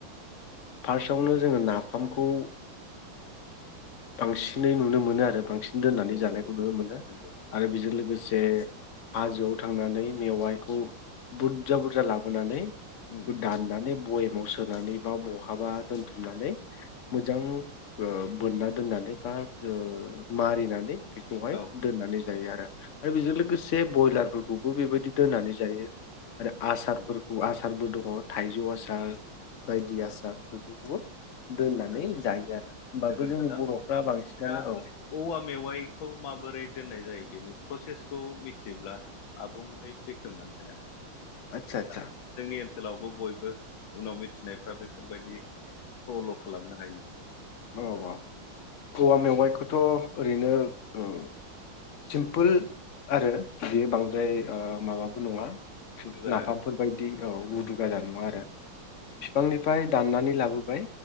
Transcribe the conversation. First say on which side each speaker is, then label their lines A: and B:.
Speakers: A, on the left (about 60°); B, on the left (about 80°).
A: फार्स्टआवनो जोङो नाफामखौ
B: <inaudible>
A: बांसिनै नुनो मोनो आरो। बांसिन दोननानै
B: नंगौ
A: जानायखौ
B: नंगौ
A: नुनो मोनो
B: नंगौ
A: आरो बेजों लोगो से हाजोआव थांनानै मेवाइखौ बुरजा बुरजा लाबोनानै
B: उम
A: दाननानै बय याव सोनानै बा बहाबा दोनथुमनानै मोजां ओ बोनना दोननानै बा ओ मारिनानै बेखौहाय
B: औ
A: दोननानै जायो आरो। आरो बेजों लोगोसे बयलारफोरखौबो बेबायदि दोननानै जायो आरो आसारफोरखौ
B: नंगौ
A: आसा आसारबो दङ थाइजौ आसार बायदि आसार फोरखौबो दोननानै
B: नंगौ
A: जायो आरो होमबाबो
B: जोबोद
A: जोंनि
B: अब्ला
A: बर'फ्रा
B: नोंहा
A: बांसिनानो औ
B: औवा मेवाइखौ माबोरै दोननाय जायो। बेनि प्रसेसखौ मिथियोब्ला आबुङै बेखेवनानै होना हो
A: आदसा आदसा
B: दा जोंनि ओनसोलावबो बयबो। उनाव मिथिनायफ्रा बेफोरबायदि फल' खालामनो हायो।
A: औ औ औवा मेवाइखौथ' ओरैनो औ सिमफुल आरो बियो बांद्राय ओ माबा बो नङा
B: गुदु गादा
A: नाफामफोर बायदि औ गुदु गादा नङा आरो फिफांनिफाय दाननानै लाबोबाय